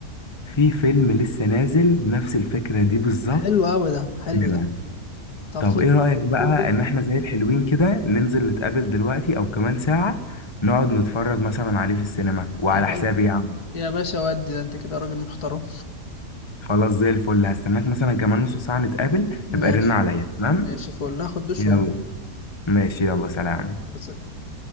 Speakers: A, on the left; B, on the left.
A: في فيلم لسه نازل نفس الفكرة دي بالظبط
B: حلو قوي ده حلو
A: نعم.
B: ده طب
A: طب
B: فيلم
A: ايه رأيك بقى
B: حلو جدا
A: ان احنا زي الحلوين كده ننزل نتقابل دلوقتي او كمان ساعة نقعد نتفرج مثلا عليه في السينما وعلى
B: يا باشا
A: حسابي يا عم
B: يا باشا ودي ده انت كده راجل محترم
A: خلاص زي الفل هستناك مثلا كمان نص ساعة نتقابل
B: <laughs> ماشي
A: ابقى رن عليا تمام
B: ماشي فول هاخد دش
A: يلا
B: وانزل
A: ماشي يلا سلام
B: بس